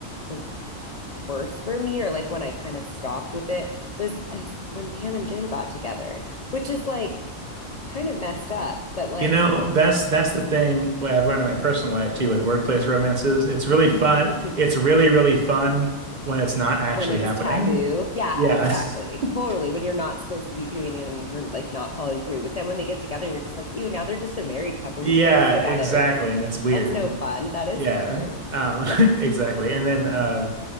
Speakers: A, on the left (about 45°); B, on the right (about 35°).
A: the worst for me, or like when I kind of stopped with it, was when Pam and Jim got together, which is like kind of messed up, but like
B: You know, that's that's the thing what I've learned in my personal life too with workplace romances. It's really
A: <laughs>
B: fun. It's really, really fun when it's not actually
A: when it's
B: happening.
A: taboo. Yeah,
B: Yeah.
A: exactly.
B: <laughs>
A: Totally. When you're not supposed to be doing it and you're like not following through. But then when they get together, you're just like, ew, now they're just a married couple
B: Yeah,
A: who works together.
B: exactly. And it's weird.
A: That's no fun. That is
B: Yeah.
A: weird.
B: Um,
A: Yeah.
B: <laughs> exactly. And then uh